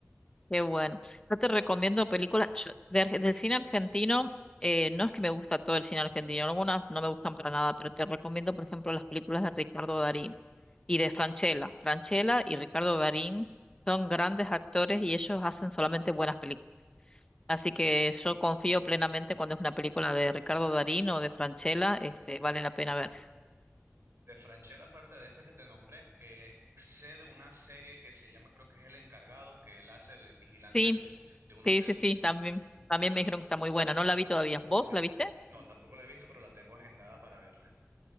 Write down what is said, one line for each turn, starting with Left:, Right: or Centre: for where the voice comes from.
Left: qué bueno. Yo te recomiendo películas yo- de, arge- de cine argentino. eh, no es que me gusta todo el cine argentino, algunas no me gustan para nada, pero te recomiendo, por ejemplo, las películas de Ricardo Darín y de Francella. Francella y Ricardo Darín son grandes actores y ellos hacen solamente buenas películas. Así que yo confío plenamente cuando es una película de Ricardo Darín o de Francella, este, vale la pena verse.
Right: De Franchella, aparte de esta que te nombré, eh, sé de una serie que se llama, creo que es El Encargado, que él hace de vigilante
Left: Sí,
Right: de un, de un hotel.
Left: sí, sí, sí, también, también
Right: Esa
Left: me
Right: la-
Left: dijeron que está muy buena. No la vi todavía. ¿Vos
Right: yo,
Left: la viste?
Right: no, tampoco la he visto, pero la tengo agendada para verla.